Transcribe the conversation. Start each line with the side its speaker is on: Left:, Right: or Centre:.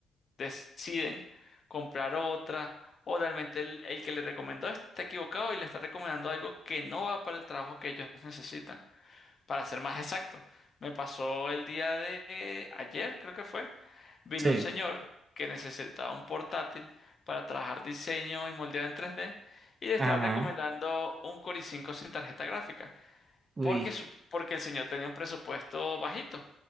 Left: deciden comprar otra o realmente el, el que le recomendó está equivocado y le está recomendando algo que no va para el trabajo que ellos necesitan. Para ser más exacto, me pasó el día de ayer, creo que fue, vino
Right: Sí.
Left: un señor que necesitaba un portátil para trabajar diseño y moldeado en tres d y le estaba
Right: Ajá,
Left: recomendando un Core i5 sin tarjeta gráfica
Right: uy,
Left: porque, su- porque el señor tenía un presupuesto bajito.